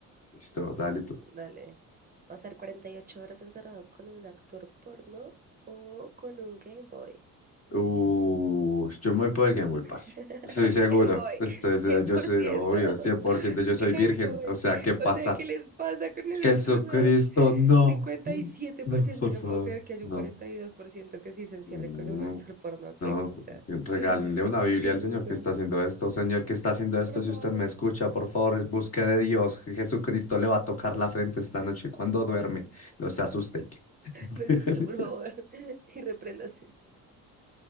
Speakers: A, on the left (about 40°); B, on the right (about 25°).
A: Listo, dale tú.
B: Dale. ¿Pasar 48 horas encerrados con un actor porno o con un Game Boy?
A: Uh, yo me voy por el Game Boy, parce.
B: <laughs>
A: Estoy seguro.
B: Game Boy,
A: Este,
B: cien
A: este, yo
B: por
A: soy,
B: ciento,
A: obvio,
B: <laughs>
A: 100%, yo soy
B: Game
A: virgen.
B: Boy.
A: O sea, ¿qué pasa?
B: O sea, ¿qué les pasa con
A: Jesucristo,
B: esas cosas?
A: no.
B: Cincuenta y siete
A: No,
B: por ciento.
A: por
B: no
A: favor,
B: puedo creer que haya
A: no.
B: un 42% que sí se encierre
A: Mm,
B: con un actor porno. ¿Qué
A: No,
B: putas?
A: regálenle
B: ¿Qué
A: una Biblia
B: es
A: al Señor
B: eso?
A: que está haciendo esto. Señor que está haciendo
B: Por
A: esto, si
B: favor,
A: usted me escucha, por favor, es- busque de Dios. Jesucristo le va a tocar la frente esta noche cuando duerme. No se asuste. ¿Qué? <laughs>
B: no se asuste, por favor. <laughs> Y repréndase.